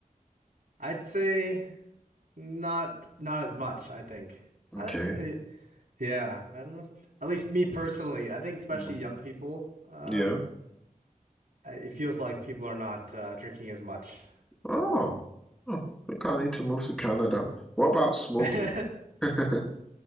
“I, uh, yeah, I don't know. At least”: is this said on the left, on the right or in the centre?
Right